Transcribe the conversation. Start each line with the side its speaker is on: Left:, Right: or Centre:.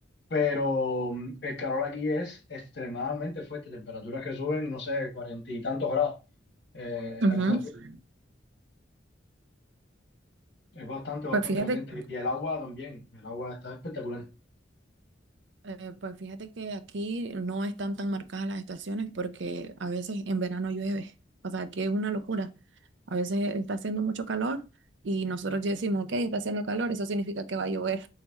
Left: Pero mm, el calor aquí es extremadamente fuerte. Temperaturas que suben, no sé, cuarenta y tantos grados. Eh,
Right: Ujú.
Left: algunos días. Es bastante, bastante
Right: Pues fíjate,
Left: caliente. Y el agua también. El agua está espectacular.
Right: eh, pues fíjate que aquí no están tan marcadas las estaciones porque a veces en verano llueve. O sea, aquí es una locura. A veces está haciendo mucho calor y nosotros ya decimos, ok, está haciendo calor, eso significa que va a llover,